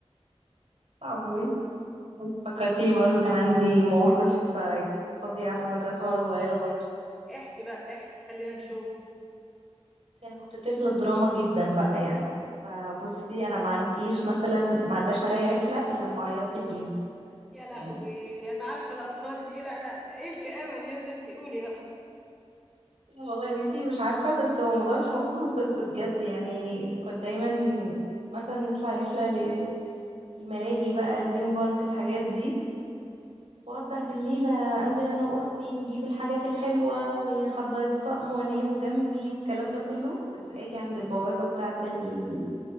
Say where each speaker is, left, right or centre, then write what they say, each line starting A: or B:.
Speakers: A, on the right; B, in the centre.
A: صعب اوي انت فكرتيني برضو كان عندي مواقف آه، فظيعه في المدرسه وانا صغيره برضو
B: احكي بقى احكي خلينا نشوف
A: بس انا كنت طفله دراما جدا بقى يعني فبصي انا ما عنديش مثلا ما عداش عليا رحله الا لما عيطت فيها
B: يا لهوي
A: يعني
B: انا عارفه الاطفال دي لا لا ايه الكآبه دي يا ستي قولي بقى
A: لا والله يا بنتي مش عارفة بس هو الموضوع مش مقصود بس بجد يعني كنت دايما مثلا نطلع رحلة للملاهي بقى دريم بارك الحاجات دي واقعد بقى بالليل انزل انا واختي نجيب الحاجات الحلوة واحضر الطقم وانيمه جنبي والكلام ده كله بس اجي عند البوابة بتاعة ال...